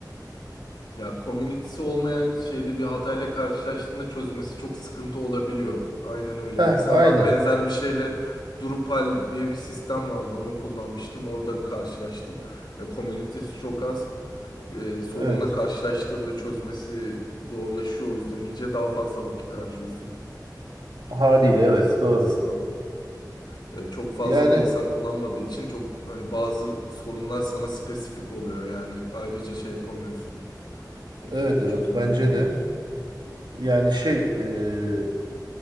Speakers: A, on the left; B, on the right.
A: Ya komünitesi olmayan şeyde bir hatayla karşılaştığında çözmesi çok sıkıntı olabiliyor. Aynen öyle.
B: Heh,
A: Mesela
B: aynen.
A: ben benzer bir şeyle Drupal diye bir sistem vardı. Onu kullanmıştım. Orada karşılaştım. Ya komünitesi çok az. Ee, sorunla
B: Evet.
A: karşılaştığında çözmesi zorlaşıyor. O yüzden iyice daha fazla vakit harcıyorsun.
B: Haliyle
A: Öyle
B: evet
A: bir sıkıntısı
B: doğru.
A: var. Ya çok fazla
B: Yani
A: da insan kullanmadığı için çok hani bazı sorunlar sana spesifik oluyor. Yani ayrıca şey yapamıyorsun. Ee,
B: evet evet
A: çözümünü
B: bence
A: bulamıyorsun.
B: de. Yani şey e,